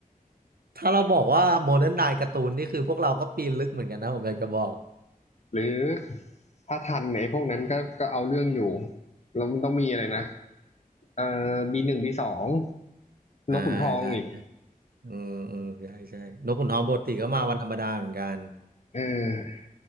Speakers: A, on the right (about 85°); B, on the left (about 50°).
A: ถ้าเราบอกว่าโมเดิร์นไนน์การ์ตูนนี่คือพวกเราก็ปีนลึกเหมือนกันนะผมอยากจะบอก
B: หรือถ้าทันเนี่ยไอ้พวกนั้นก็ก็เอาเรื่องอยู่แล้วมันต้องมีอะไรนะเออบีหนึ่งบีสอง
A: อ่าใช่ใช่
B: นกขุนทองอีก
A: อืมอืมใช่ใช่นกขุนทองปกติก็มาวันธรรมดาเหมือนกัน
B: เออ